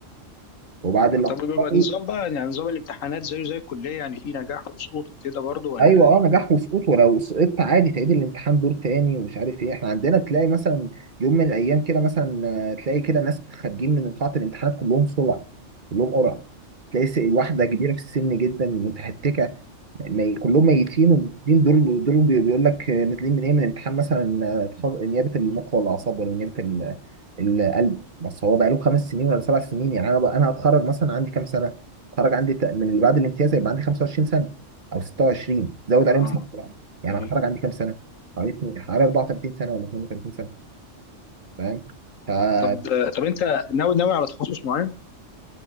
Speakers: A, on the right (about 45°); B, on the left (about 85°).
A: وبعد الاخصائي
B: طب بيبقى النظام بقى يعني نظام الامتحانات زيه زي الكليه يعني في نجاح وسقوط وكده برضه ولا
A: ايوه
B: ايه
A: اه نجاح وسقوط ولو سقطت عادي تعيد الامتحان دور تاني ومش عارف ايه احنا عندنا تلاقي مثلا يوم من الايام كده مثلا آه، تلاقي كده ناس خارجين من قاعه الامتحانات كلهم صلع كلهم قرع تلاقي س- واحده كبيره في السن جدا متهتكه مي كلهم ميتين والمسلمين دول دول بي- بيقول لك نازلين من ايه من امتحان مثلا آه، بتخ- نيابه المخ ولا الاعصاب ولا نيابه ال- القلب بس هو بقاله خمس سنين ولا سبع سنين يعني انا بقى انا هتخرج مثلا عندي كام سنه؟ هتخرج عندي تق- من اللي بعد الامتياز هيبقى عندي 25 سنه او 26 زود عليهم
B: اه
A: سنه يعني يعني
B: ايوه
A: هتخرج عندي كام سنه؟ حوالي اتنين- حوالي 34 سنه ولا 32 سنه فاهم؟ فبصراحه
B: طب طب انت ناوي ناوي على تخصص معين